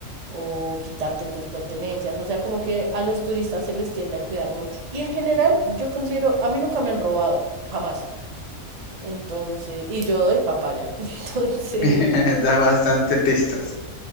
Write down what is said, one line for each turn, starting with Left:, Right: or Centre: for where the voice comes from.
Right: o quitarte tus pertenencias. O sea, como que a los turistas se les tiende a cuidar mucho. Y en general, yo considero, a mí nunca me han robado, jamás. Entonces, y yo doy papaya. <laughs> Entonces,
Left: <laughs> Da bastantes pistas.